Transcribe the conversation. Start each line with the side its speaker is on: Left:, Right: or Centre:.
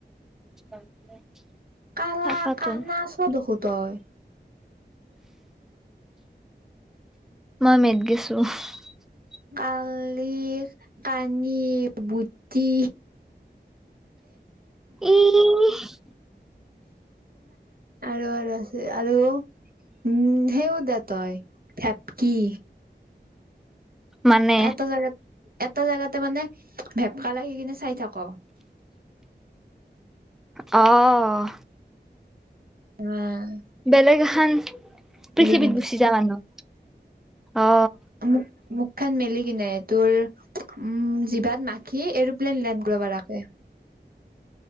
Centre: <unintelligible>
Right: কালা,
Centre: তাকাতোন
Right: কানা চ, দেখো তই
Centre: <unintelligible>
Right: কালি কাটি বুটি
Centre: ইহহ <inaudible>
Right: আৰু আৰু আৰু উম সেও দে তই থেপকি।
Centre: মানে
Right: এটা জেগাত এটা জোগাতে মানে ভেপকা লাগি কিনে চাই থাক। ক
Centre: অ
Right: উম।
Centre: বেলেগ এখন পৃথিৱীত
Right: কিনে
Centre: গুচি যা মানুহ। অ
Right: <inaudible> মুখ খেন মেলি কিনে তোৰ উম জিভাত মাখি এৰপ্লেইন লেন কৰাব পৰাক লাগে।